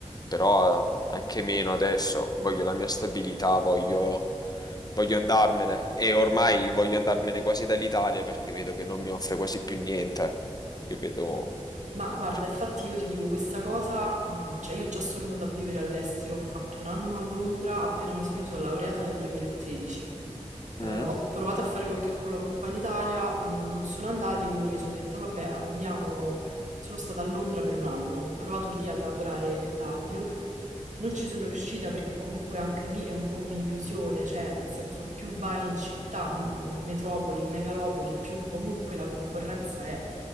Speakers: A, on the left; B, on the right.
A: però anche meno adesso. Voglio la mia stabilità, voglio, voglio andarmene e ormai voglio andarmene quasi dall'Italia perché vedo che non mi offre quasi più niente. Io vedo,
B: Ma guarda,
A: cioè,
B: infatti io ti dico questa cosa, mh, cioè io già sono andata a vivere all'estero, ho fatto un anno a Londra, appena mi sono io sono laureata nel 2013. Eh,
A: Mm,
B: ho provato a fare qualche colloquio qua in Italia, mh, non sono andati, quindi mi sono detta, vabbè, andiamo. Sono stata a Londra per un anno, ho provato lì a lavorare nell'audio non ci sono riuscita perché comunque anche lì è un po' un'illusione, cioè nel senso più vai in città, m- metropoli, megalopoli, più comunque la concorrenza è,